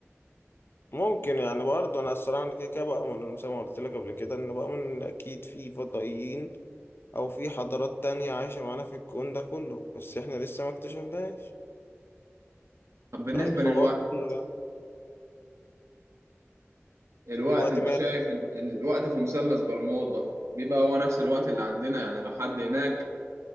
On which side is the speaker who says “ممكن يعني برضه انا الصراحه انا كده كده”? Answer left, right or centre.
Left